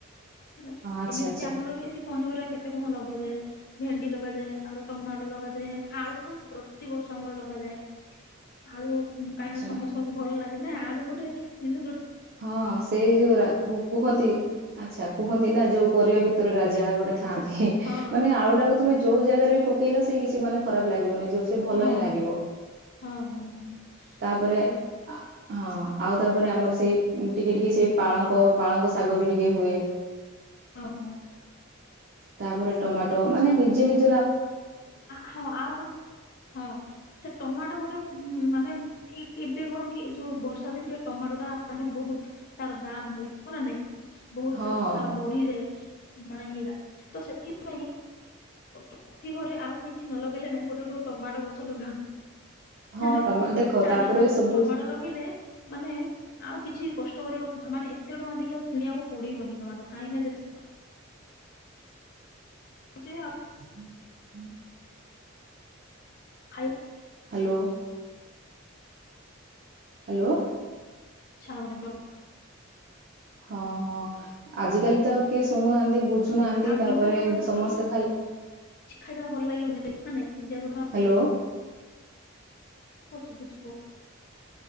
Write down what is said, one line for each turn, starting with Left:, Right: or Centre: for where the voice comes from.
Left: ହେଲା
Right: ଆଚ୍ଛା
Left: ଏମିତି
Right: ଆଚ୍ଛା
Left: ଆମର ବି ଏମିତି ପନିପରିବା କେତେ କଣ ଲଗାଯାଏ ଭେଣ୍ଡି ଲଗାଯାଏ ତାପରେ ଟମାଟୋ ଲଗାଯାଏ ଆଳୁ ତ ପ୍ରତିିବର୍ଷ ଆମର ଲଗାଯାଏ ଆଳୁ କାହିଁକି
Right: ଆଚ୍ଛା
Left: ସମସ୍ତଙ୍କୁ ଭଲ ଲାଗେ ନା ଆଳୁ ଗୋଟେ ନିଜ
Right: ହଁ ସେଇ ଯୋଉା କୁହନ୍ତି ଆଚ୍ଛା କୁହନ୍ତି ନା ଯୋଉ ପରିବା ଭିତରେ ରାଜା ଗୋଟେ ଥାନ୍ତି
Left: ହଁ
Right: ମାନେ
Left: ହଁ ହଁ
Right: ଆଳୁଟାକୁ ତମେ ଯୋଉ ଜାଗାରେ ବି ପକେଇଲେ ସେ କିଛି ମାନ ଖରାପ ଲାଗିବନି ଯୋଉ ସେ ଭଲ
Left: ହଁ
Right: ହିଁ ଲାଗିବ
Left: ହଁ ହଁ ହଁ
Right: ତାପରେ
Left: ସେଇଆ
Right: ହଁ ଆଉ ତାପରେ ଆମର ସେଇ ଟିକେ ଟିକେ ସେ ପାଳଙ୍କ ପାଳଙ୍କ ଶାଗ ବି ଟିକେ ହୁଏ
Left: ହଁ ହଁ
Right: ତାପରେ ଟମାଟୋ ମାନେ ନିଜେ ନିଜେ
Left: ହଁ ଆଉ ଗୋଟେ ହଁ ସେ ଟମାଟୋ ଗୋଟେ ମାନେ ଏ ଏବେ କଣ କି ଏ ଯୋଉ ବର୍ଷା ଦିନରେ ଟମାଟୋ ଟା ମାନେ ବହୁତ ତାର ଦାମ ହୁଏ ହ ନା ନାଇଁ ବହୁତ
Right: ହଁ
Left: ତାର ବଢିଯାଏ <unintelligible> ତ ସେଥିପାଇଁ ପ୍ରତି ଘରେ ଆଉ କିଛି ନ ଲଗେଇଲେ ନାଇଁ ଗୋଟେ ଗୋଟେ ଟମାଟୋ ଗଛ ଲଗାନ୍ତୁ
Right: ହଁ
Left: ନାଇ ନାଇଁ
Right: ଟମା ଦେଖ
Left: ଚାରି
Right: ତାପରେ
Left: ପାଞ୍ଚଟା
Right: ସବୁ
Left: ଟମାଟୋ ଲଗେଇଲେ ମାନେ ଆଉ କିଛି କଷ୍ଟ କରିବାକୁ ମାନେ ଏତେ ଟଙ୍କା ଦେଇ ଆଉ କିଣିବାକୁ ପଡିବନି ଟମାଟ କାହିଁକିନା ଯେ ଆ
Right: ହୁଁ ହୁଁ
Left: ଖାଇ
Right: ହ୍ୟାଲୋ। ହ୍ୟାଲୋ।
Left: <unintelligible>
Right: ହଁ ହଁ ଆଜିକାଲି ତ ଆଉ କିଏ ଶୁଣୁନାହାନ୍ତି ବୁଝୁନାହାନ୍ତି
Left: ଆଉ
Right: ତାପରେ
Left: ବିନା ଟମାଟରରେ
Right: ସମସ୍ତେ
Left: ତ
Right: ଖାଲି
Left: କିଛି ଖାଇବା ଭଲ ଲାଗିବନି ନା ନାଇଁ
Right: ହ୍ୟାଲୋ।
Left: ଶୁଭୁଚି କୁହ।